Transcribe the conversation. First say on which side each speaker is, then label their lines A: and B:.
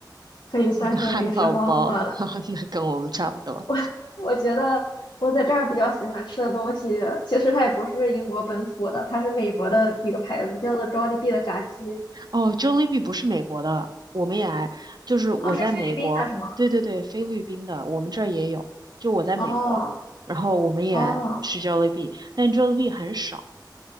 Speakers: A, on the left; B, on the right.
A: 可以算是美食荒漠了。
B: <laughs> 汉堡包，<laughs> 那跟我们差不多。
A: 我我觉得我在这儿比较喜欢吃的东西，其实它也不是英国本土的，它是美国的一个牌子，叫做 Jollibee 的炸鸡。
B: 哦，Jollibee 不是美国的，我们也来，就是我在美国，
A: 哦，是菲律宾的是吗？
B: 对对对，菲律宾的，我们这儿也有，就我在美国，
A: 哦
B: 然后我们也吃
A: 哦，
B: Jollibee，但 Jollibee 很少。